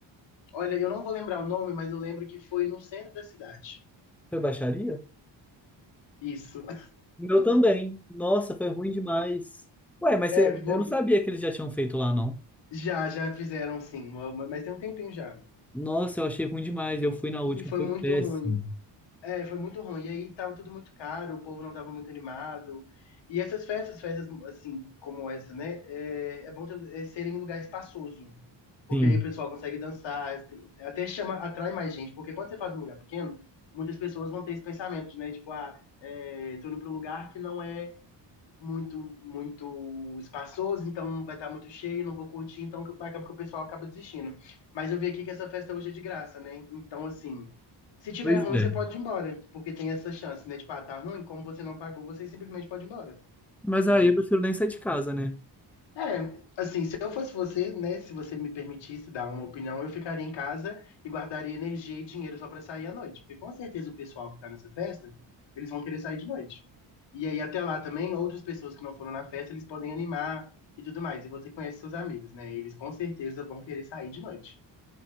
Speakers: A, on the left (about 75°); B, in the centre.
A: Olha, eu não vou lembrar o nome, mas eu lembro que foi no centro da cidade.
B: Foi baixaria?
A: Isso. <laughs>
B: O meu também. Nossa, foi ruim demais. Ué, mas
A: É,
B: você-
A: porque
B: eu não sabia que eles já tinham feito lá, não.
A: já, já fizeram sim, uma- uma- mas tem um tempinho já.
B: Nossa, eu achei ruim demais. Eu fui na última,
A: E foi
B: foi
A: muito
B: péssimo.
A: ruim. É, foi muito ruim. E aí tava tudo muito caro, o povo não tava muito animado. E essas festas, festas assim, como essa, né? É, é bom ter, é, ser em lugar espaçoso. Porque
B: Sim,
A: aí o pessoal consegue dançar, tem- até chama, atrai mais gente. Porque quando você faz um lugar pequeno, muitas pessoas vão ter esse pensamento, né? Tipo, ah, é, tô indo pra um lugar que não é muito muito espaçoso, então vai estar muito cheio, não vou curtir, então acaba que o pessoal acaba desistindo. Mas eu vi aqui que essa festa hoje é de graça, né? Então, assim, se tiver
B: pois
A: ruim,
B: é.
A: você pode ir embora, porque tem essa chance, né? Tipo, ah, tá ruim, como você não pagou, você simplesmente pode ir embora,
B: Mas
A: né?
B: aí eu prefiro nem sair de casa, né?
A: É, assim, se eu fosse você, né, se você me permitisse dar uma opinião, eu ficaria em casa e guardaria energia e dinheiro só pra sair à noite, porque com certeza o pessoal que tá nessa festa, eles vão querer sair de noite. E aí até lá também, outras pessoas que não foram na festa, eles podem animar e tudo mais. E você conhece seus amigos, né? Eles com certeza vão querer sair de noite.